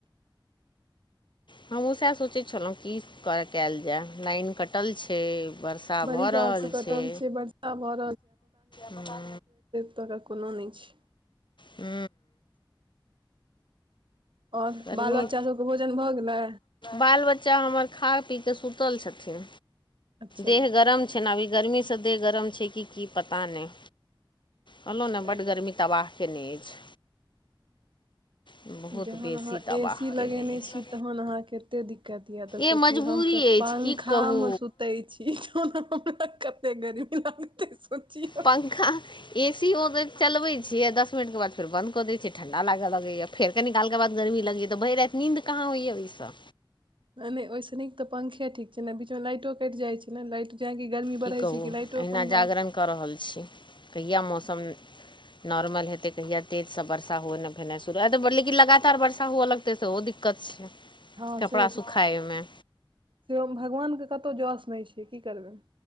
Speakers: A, on the left; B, on the right.
A: हमहूँ सैह सोचै छलहुँं की क कयल जाय लाइन कट कटल छै वर्षा
B: बड़ी
A: भऽ
B: काल
A: रहल
B: से कटल
A: छै
B: वर्षा भऽ
A: हूँ
B: ओतुका कोनो नहि छै
A: हू
B: आओर
A: गर्मी
B: बाल बच्चा सबके भोजन भऽ गेलै
A: बाल बच्चा हमर खा पीकेऽ सुतल छथिन
B: अच्छा
A: देह गरम छैन अभी गर्मी स देह गरम छै कि की पता नहि
B: अच्छा
A: कहलहुँ ने बड्ड गर्मी तबाह केने अछि बहुत
B: जहन
A: बेसी
B: अहाँ
A: तबाह
B: ए सी
A: कने
B: लगेने
A: अछि
B: छी तहन अहाँके एते दिक्कत यऽ तऽ सोचियौ
A: ए मजबूरी
B: हम तऽ
A: अछि
B: पंखा
A: की कहू
B: मे सुते छी तहन हमरा कते गर्मी लागते सोचियौ
A: पंखा ए सी ओ त चलबै छियै दस मिनटके बाद फेर बन्द कऽ दै छियै ठण्डा लागऽ लगैया फेर कनि कालके बाद गर्मी लगैय तऽ भरि राति नीन्द कहाँ होइया ओहिसँ
B: नै ओहिस नीक तऽ पंखे ठीक छै ने बीच मे लाइटो कटि जाइ छै ने लाइट जैयकि गर्मी
A: की
B: बढ़ै
A: कहू
B: छै कि लाइटो
A: अहिना
B: अपन
A: जागरण
B: भाव
A: कऽ रहल छै कहिया मौसम नॉर्मल हेतै कहिया तेजसँ वर्षा हुए न भेनाइ‌ शुरू आ तऽ लेकिन लगातार वर्षा हुअ लगतै सेहो दिक्कत छै
B: हँ
A: कपड़ा
B: सेहो तऽ
A: सुखायमे
B: सेहो भगवानके कतहुं जस नहि छै की करबै